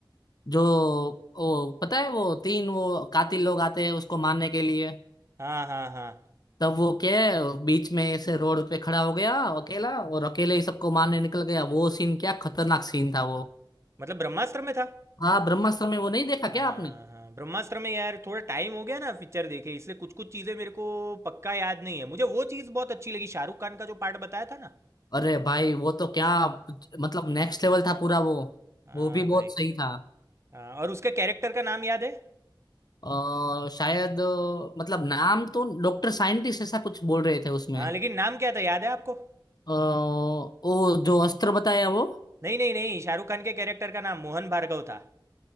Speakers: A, on the left (about 50°); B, on the right (about 35°).
A: जो वो पता है वो तीन वो कातिल लोग आते हैं उसको मारने के लिए
B: हाँ हाँ हाँ
A: तब वो क्या है बीच में ऐसे रोड पे खड़ा हो गया अकेला और अकेले ही सबको मारने निकल गया वो सीन क्या खतरनाक सीन था वो
B: मतलब ब्रह्मास्त्र में था
A: हाँ ब्रह्मास्त्र में वो नहीं देखा क्या
B: हाँ
A: आपने
B: हाँ ब्रह्मास्त्र में यार थोड़ा टाइम हो गया ना पिक्चर देखे इसलिए कुछ कुछ चीज़ें मेरे को पक्का याद नहीं है मुझे वो चीज़ बहुत अच्छी लगी शाहरुख खान का जो पार्ट बताया था ना
A: अरे भाई वो तो क्या मतलब नेक्स्ट लेवल था पूरा वो
B: हाँ
A: वो भी बहुत
B: भाई
A: सही था
B: हाँ, और उसके कैरेक्टर का नाम याद है
A: अ, शायद अ, मतलब नाम तो डॉक्टर साइंटिस्ट ऐसा कुछ बोल रहे थे उसमें
B: हाँ लेकिन नाम क्या था याद है आपको
A: अ, ओ जो अस्त्र बताया वो
B: नहीं नहीं नहीं शाहरुख खान के कैरेक्टर का नाम मोहन भार्गव था